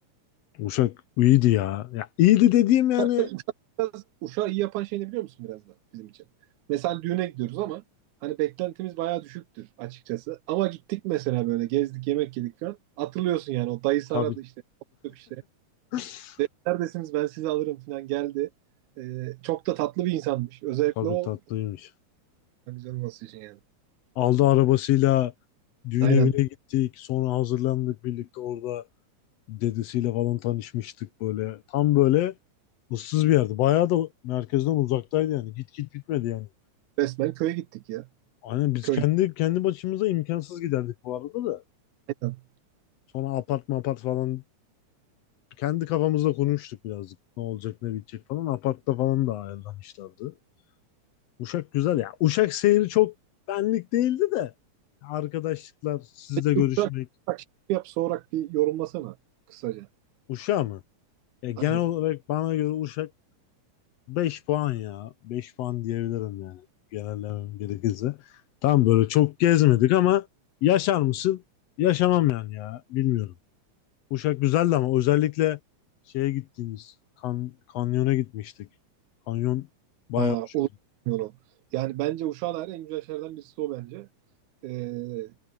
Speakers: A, on the left (about 75°); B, on the right (about 85°).
A: Uşak iyiydi ya. Ya iyiydi dediğim yani
B: Uşak biraz, Uşak'ı iyi yapan şey ne biliyor musun biraz da bizim için? Mesela hani düğüne gidiyoruz ama hani beklentimiz bayağı düşüktür açıkçası. Ama gittik mesela böyle gezdik yemek yedik falan. Hatırlıyorsun yani o dayısı
A: tabii
B: aradı işte. konuştuk işte.
A: <laughs>
B: "Dedi, Neredesiniz ben sizi alırım falan geldi. E, çok da tatlı bir insanmış. Özellikle
A: tabii
B: o
A: tatlıymış.
B: Ha, Güzel olması için yani.
A: Aldı arabasıyla düğün
B: Aynen.
A: evine gittik. Sonra hazırlandık birlikte orada dedesiyle falan tanışmıştık böyle. Tam böyle ıssız bir yerdi. Bayağı da merkezden uzaktaydı yani. Git git bitmedi yani.
B: Resmen köye gittik ya.
A: Aynen biz
B: Köy.
A: kendi kendi başımıza imkansız giderdik bu arada da.
B: Aynen.
A: Sonra apart mapart falan kendi kafamızda konuştuk birazcık. Ne olacak ne bitecek falan. Apartta falan da ayarlamışlardı. Uşak güzel ya. Uşak seyri çok benlik değildi de. Arkadaşlıklar, sizle görüşmek.
B: Yumuşak, yumuşak şey yap soğurak bir yorumlasana kısaca.
A: Uşağı mı? Ya genel
B: Aynen.
A: olarak bana göre Uşak 5 puan ya. beş puan diyebilirim yani. Genellemem gerekirse. Tam böyle çok gezmedik ama yaşar mısın? Yaşamam yani ya. Bilmiyorum. Uşak güzeldi ama özellikle şeye gittiğimiz kan, kanyona gitmiştik. Kanyon bayağı
B: Aa,
A: hoş.
B: olur. Bilmiyorum. Yani bence Uşak'a dair en güzel şeylerden birisi o bence. Ee,